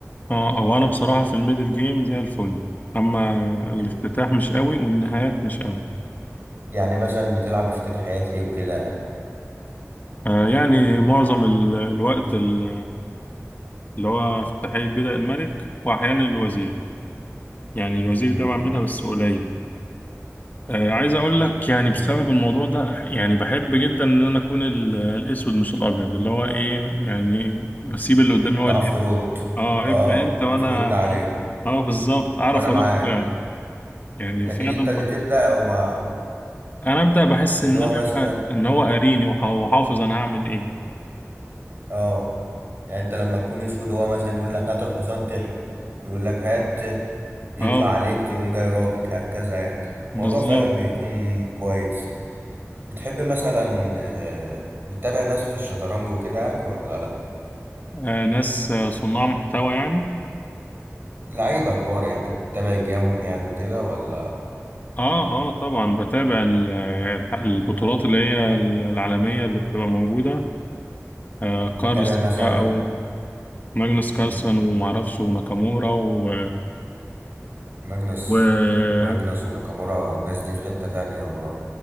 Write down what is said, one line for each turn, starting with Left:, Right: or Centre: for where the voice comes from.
Left: اه أو أنا بصراحة في الميدل جيم زي الفل أما الافتتاح
Right: انت-
Left: مش قوي والنهايات مش قوي
Right: يعني مثلا بتلعب افتتاحيات ايه وكده
Left: آه، يعني معظم ال- الوقت ال- اللي هو افتتاحية بدأ الملك وأحيانا الوزير يعني الوزير
Right: امم
Left: ده بعملها بس قليل آه، عايز أقول لك يعني
Right: أمم.
Left: بسبب الموضوع ده يعني بحب جدا إن أنا أكون ال- الأسود مش الأبيض اللي هو إيه يعني بسيب اللي قدامي هو
Right: تعرف
Left: اللي
Right: ترد
Left: اه
Right: اه
Left: ابدا انت وانا
Right: وترد عليه
Left: اه بالظبط اعرف
Right: وانا
Left: ارد
Right: معاك
Left: فعلا يعني
Right: لكن
Left: فعلا
Right: انت اللي
Left: ب...
Right: تبدأ وما
Left: انا ابدا بحس ان
Right: اللي هو
Left: انا
Right: مثلا
Left: ان هو قاريني وح- وحافظ انا هعمل ايه
Right: اه يعني انت لما تكون اسود هو مثلا يقول لك هات الحصان تحمي يقول لك هات تحمي يطلع
Left: اه
Right: عليك تقوم جاي رابط هكذا يعني الموضوع
Left: بالظبط
Right: فعلا بيكون كويس بتحب مثلا آه، بتتابع ناس في الشطرنج وكده يعني ولا لا
Left: آه ناس آه، صناع محتوى يعني
Right: لعيبة كبار يعني بتتابع جيمهم يعني وكده ولا
Left: اه اه طبعا بتابع ال- آه، البطولات اللي هي العالميه اللي بتبقى موجوده آه كارلس
Right: بتتابع مثلا
Left: بقى وماجنس كارلسن
Right: مم،
Left: ومعرفش وناكامورا و...
Right: ماجنس
Left: والناس
Right: ماجنس وناكامورا الناس دي في حتة تانية والله